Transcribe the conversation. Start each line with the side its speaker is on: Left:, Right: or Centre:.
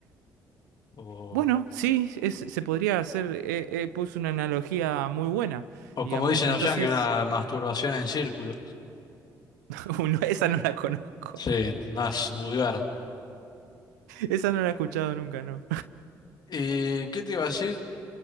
Left: o,
Right: Bueno, sí, es- se podría hacer, eh, eh, puse una analogía muy buena,
Left: o
Right: digamos.
Left: como dicen
Right: Entonces,
Left: los yankees, una masturbación en círculo.
Right: <laughs> uno- esa no la conozco,
Left: Sí, más vulgar.
Right: esa no la he escuchado nunca, no.
Left: ¿Y qué te iba a decir?